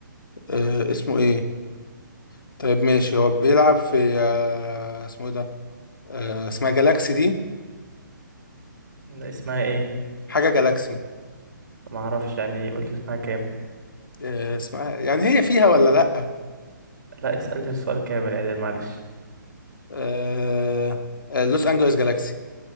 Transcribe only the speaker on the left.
آه اسمه ايه طيب ماشي هو بيلعب في آه اسمه ايه ده آه اسمها جالاكسي دي
حاجة جالاكسي
آه اسمها يعني هي فيها ولا لأ
آه آه لوس أنجلوس جالاكسي